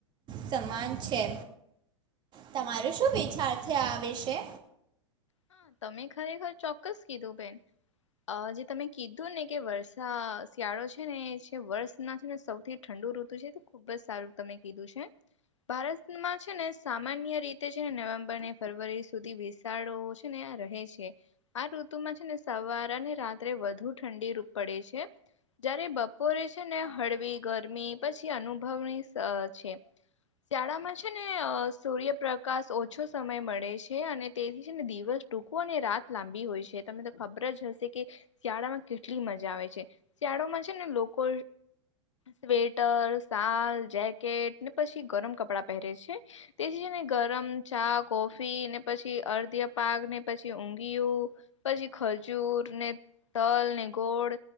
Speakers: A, on the right; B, on the left.
A: સામાન છે. તમારો શું વિચાર છે આ વિષય?
B: હા, તમે ખરેખર ચોક્કસ કીધું બેન. અહ જે તમે કીધું ને કે વર્ષા શિયાળો છે ને છે વર્ષના છે ને સૌથી ઠંડુ ઋતુ છે તો ખુબ જ સારું તમે કીધું છે. ભારતમાં છે ને સામાન્ય રીતે છેને નવેમ્બર ને ફેબ્રુઆરી સુધી વિશાળો છે ને આ રહે છે. આ ઋતુમાં છે ને સવાર અને રાત્રે વધુ ઠંડી પડે છે જયારે બપોરે છે ને હળવી ગરમી પછી અનુભવણી છે શિયાળામાં છે ને અ સૂર્યપ્રકાશ ઓછો સમય મળે છે અને તેથી છે ને દિવ દિવસ ટૂંકો અને રાત લાંબી હોય છે તમને તો ખબર જ હશે કે શિયાળામાં કેટલી મજા આવે છે શિયાળોમાં છે ને લોકો સ્વેટર શલ જેકેટ ને પછી ગરમ કપડા પહેરે છે તેથી ને ગરમ ચા કોફી પછી અડધી પાક ને પછી ઊઘિયું પછી ખજૂર ને તલ ને ગોળ